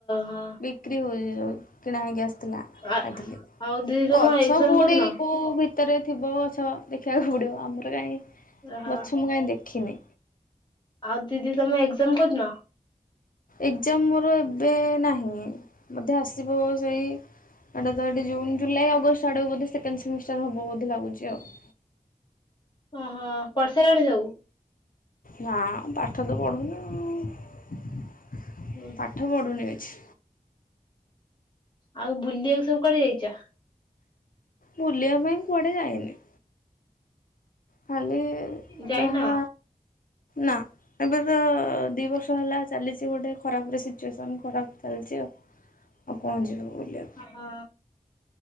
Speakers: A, on the left; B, on the left.
A: ହ।
B: ବିକ୍ରି ହଉଛି ଯୋଉ କିଣା ହେଇ କି ଆସ ଥିଲା
A: ଆଉ
B: ଖାଇଥିଲି
A: ଦିଦି
B: ଗଛ
A: ତମ ଏକ୍ଜାମ
B: କୋଉଠି
A: କୋଉଦିନ?
B: କୁ ଭି ଭିତରେ ଥିବ ଗଛ ଦେଖିବାକୁ ପଡିବ ଆମର କାହିଁ
A: ହଁ
B: ଗଛ ମୁଁ କାହିଁ ଦେଖିନି।
A: ଆଉ ଦିଦି ତମେ ଏକ୍ଜାମ କୋଉଦିନ?
B: ଏକ୍ଜାମ ମୋର ଏବେ ନାହିଁ। ବୋଧେ ଆସିବ ସେଇ ଏଇଟା ଏଠି ଜୁନ ଜୁଲାଇ ଅଗଷ୍ଟ। ଆଡ଼କୁ ସେକେଣ୍ଡ ସେମିଷ୍ଟାର ହବ ବୋଧେ ଲାଗୁଛି ଆଉ।
A: ଓହୋ ପଢ଼ିସାରିଲାଣି ସବୁ?
B: ନା ପାଠ ତ ପଢ଼ୁନି ଆଉ।
A: ହୁଁ
B: ପାଠ ପଢୁନି କିଛି।
A: ଆଉ ବୁଲିଆକୁ ସବୁ କୁଆଡେ ଯାଇଚ?
B: ବୁଲିବା ପାଇଁ କୁଆଡେ ଯାଇନି। ଖାଲି
A: ଯାଇନ?
B: ଯାହା ନା। ଏବେ ତ ଦି ବର୍ଷ ହେଲା ଚାଲିଚି ଗୋଟେ ଖରାପ ରେ ସିଚୁଏସନ୍ ଖରାପ ଚାଲିଚି ଆଉ। ଆଉ କଣ ଯିବୁ ବୁଲିବାକୁ।
A: ହଁ।